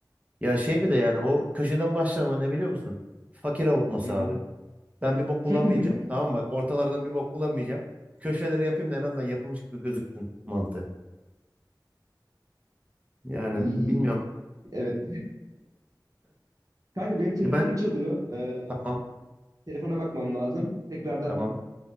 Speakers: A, on the right; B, on the right.
A: Ya şey bir de yani o köşeden başlama ne biliyor musun? Fakir avutması
B: Hı hı.
A: abi. Ben bir bok bulamayacağım.
B: <laughs>
A: Tamam mı? bak ortalardan bir bok bulamayacağım. Köşeleri yapayım da en azından yapılmış gibi gözüksün mantığı. Yani
B: İyi,
A: bilmiyorum.
B: iyi. Evet. <laughs> Kanka benim telefonum
A: E ben
B: çalıyor. Ee,
A: tamam
B: telefona bakmam lazım. Tekrardan
A: tamam